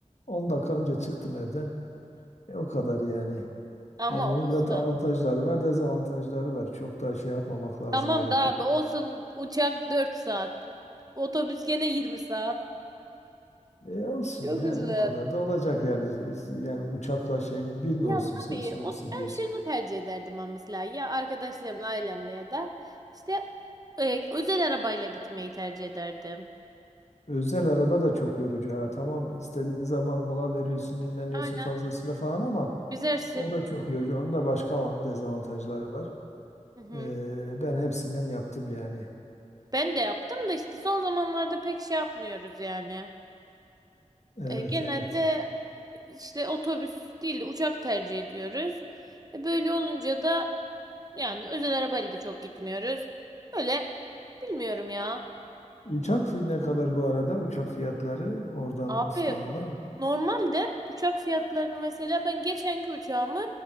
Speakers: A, on the left; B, on the right.
A: 10 dakika önce çıktım evden. E, o kadar yani.
B: Ama
A: Yani onun
B: olsun.
A: da avantajları var, dezavantajları var. Çok da şey yapmamak lazım
B: Tamam
A: öyle
B: da
A: kötü.
B: abi olsun uçak 4 saat. Otobüs gene 20 saat.
A: E olsun
B: Çok
A: yani
B: uzun.
A: o kadar da olacak yani. Yani uçakla şeyin bir mi
B: Ya
A: olsun
B: tabii
A: sö- süresi
B: o, ben
A: diyorsun.
B: şunu tercih ederdim ama mesela ya arkadaşlarımla ailemle ya da işte e, özel arabayla gitmeyi tercih ederdim.
A: Özel araba da çok yorucu ha. Tamam istediğin zaman mola veriyorsun, dinleniyorsun
B: Aynen.
A: fazlasıyla falan ama
B: Güzelsin.
A: O da çok yorucu. Onun da başka avant- dezavantajları var.
B: Hı hı.
A: Ee, ben hepsinden yaptım yani.
B: Ben de yaptım da işte son zamanlarda pek şey yapmıyoruz yani.
A: Evet,
B: E, genelde
A: evet.
B: işte otobüs değil de uçak tercih ediyoruz. E, böyle olunca da yani özel arabayla da çok gitmiyoruz. Öyle Bilmiyorum ya.
A: Uçak fi- ne kadar bu arada? Uçak fiyatları oradan
B: Abi
A: İstanbul'a.
B: normalde uçak fiyatlarını mesela ben geçenki uçağımı